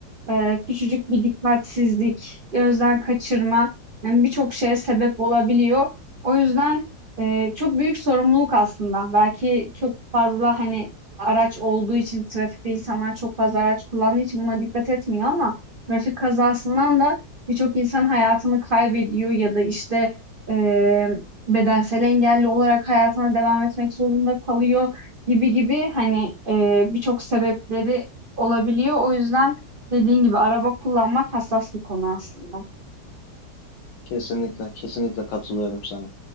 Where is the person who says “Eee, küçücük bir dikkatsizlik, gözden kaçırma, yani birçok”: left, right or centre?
Right